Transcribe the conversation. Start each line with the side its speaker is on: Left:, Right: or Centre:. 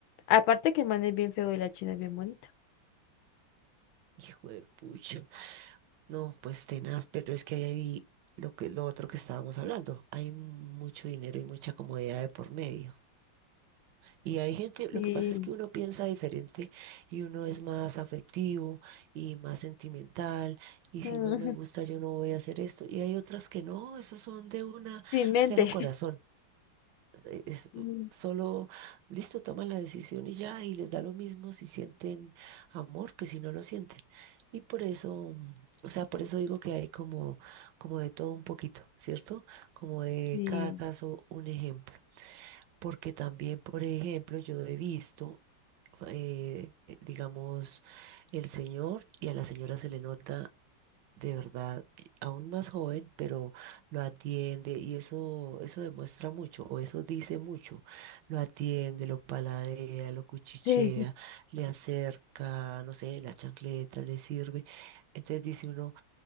Left: Aparte que el man es bien feo y la china es bien bonita.
Right: hijo de pucha. No, pues tenaz, pero es que ahí hay lo que, lo otro que estábamos hablando. Hay mucho dinero y mucha comodidad de por medio. Y hay gente,
Left: Sí.
Right: lo que pasa es que uno piensa diferente y uno es más afectivo y más sentimental y
Left: Mm,
Right: si no me gusta yo no voy a hacer esto. Y hay otras que no, esos son de una
Left: Sin mente.
Right: cero corazón.
Left: <laughs>
Right: eh, Es
Left: Mm,
Right: solo, listo, toman la decisión y ya y les da lo mismo si sienten amor que si no lo sienten. Y por eso, mm, o sea, por eso digo que hay como, como de todo un poquito, ¿cierto? Como de
Left: Sí.
Right: cada caso un ejemplo. Porque también, por ejemplo, yo he visto eh, digamos, el señor y a la señora se le nota de verdad eh, aún más joven, pero lo atiende y eso, eso demuestra mucho o eso dice mucho. Lo atiende, lo paladea, lo cuchichea,
Left: Sí.
Right: le acerca, no sé, la chancleta le sirve. Entonces dice uno